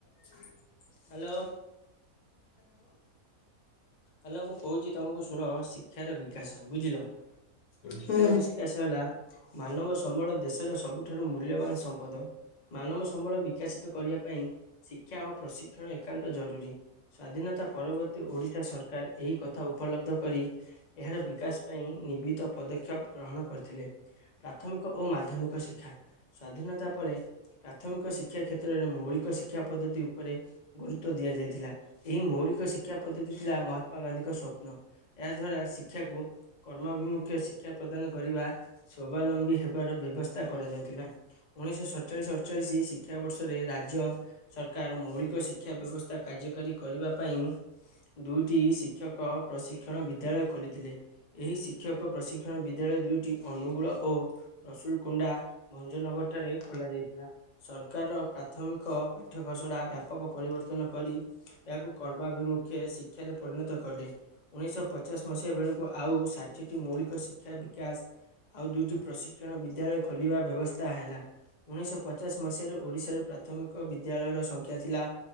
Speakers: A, on the left; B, on the left.
A: ହୁଁ <inaudible>
B: ହ୍ୟାଲୋ। ହ୍ୟାଲୋ ମୁଁ କହୁଛି ତମକୁ ଶୁଣ ଶିକ୍ଷାର ବିକାଶ ବୁଝିଲ ଶିକ୍ଷାର
A: ହୁଁ
B: ବିକାଶ ହେଲା ମାନବ ସମ୍ବଳ ଦେଶର ସବୁଠାରୁ ମୂଲ୍ୟବାନ ସମ୍ପଦ। ମାନବ ସମ୍ବଳ ବିକାଶିତ କରିବା ପାଇଁ ଶିକ୍ଷା ଓ ପ୍ରଶିକ୍ଷଣ ଏକାନ୍ତ ଜରୁରୀ। ସ୍ଵାଧୀନତା ପରବର୍ତ୍ତୀ ଓଡ଼ିଶା ସରକାର ଏହି କଥା ଉପଲବ୍ଧ କରି ଏହାର ବିକାଶ ପାଇଁ ନିବିଦ ପଦକ୍ଷେପ ଗ୍ରହଣ କରିଥିଲେ। ପ୍ରାଥମିକ ଓ ମାଧ୍ୟମିକ ଶିକ୍ଷା। ସ୍ଵାଧୀନତା ପରେ ପ୍ରାଥମିକ ଶିକ୍ଷା କ୍ଷେତ୍ରରେ ମୌଳିକ ଶିକ୍ଷା ପଦ୍ଧତି ଉପରେ ଗୁରୁତ୍ୱ ଦିଆଯାଇଥିଲା ଏହି ମୌଳିକ ଶିକ୍ଷା ପଦ୍ଧତି ଥିଲା ମହାତ୍ମା ଗାନ୍ଧୀଙ୍କ ସ୍ଵପ୍ନ। ଏହା ଦ୍ଵାରା ଶିକ୍ଷାକୁ କର୍ମାଭିମୁଖ୍ୟ ଶିକ୍ଷା ପ୍ରଦାନ କରିବା ସ୍ଵାବଲମ୍ବୀ ହେବାର ବ୍ୟବସ୍ଥା କରାଯାଉଥିଲା। ଉଣେଇଶହ ସତଚାଳିଶ ଅଠଚାଳିଶ ଶିକ୍ଷାବର୍ଷରେ ରାଜ୍ୟ ସରକାର ମୌଳିକ ଶିକ୍ଷା ବ୍ୟବସ୍ଥା କାର୍ଯ୍ୟକାରୀ କରିବା ପାଇଁ ଦୁଇ ଟି ଶିକ୍ଷକ ପ୍ରଶିକ୍ଷଣ ବିଦ୍ୟାଳୟ ଖୋଲିଥିଲେ ଏହି ଶିକ୍ଷକ ପ୍ରଶିକ୍ଷଣ ବିଦ୍ୟାଳୟ ଦୁଇଟି ଟି ଅନୁଗୁଳ ଓ ରସୁଲ କୁଣ୍ଡା ଭଞ୍ଜନଗର ଠାରେ ଖୋଲା ଯାଇଥିଲା। ସରକାର ପ୍ରାଥମିକ ପାଠ୍ୟଘସଡ଼ା ବ୍ୟାପକ ପରିବର୍ତ୍ତନ କରି ଏହାକୁ କର୍ମାଭିମୁଖେ ଶିକ୍ଷାରେ ପରିଣତ କଲେ। ଉଣେଇଶଶହ ପଚାଶ ମସିହା ବେଳକୁ ଆଉ ଷାଠିଏଟି ମୌଳିକ ଶିକ୍ଷା ବିକାଶ ଆଉ ଦୁଇଟି ପ୍ରଶିକ୍ଷଣ ବିଦ୍ୟାଳୟ ଖୋଲିବା ବ୍ୟବସ୍ଥା ହେଲା। ଉଣେଇଶହ ପଚାଶ ମସିହାରେ ଓଡ଼ିଶାରେ ପ୍ରାଥମିକ ବିଦ୍ୟାଳୟର ସଂଖ୍ୟା ଥିଲା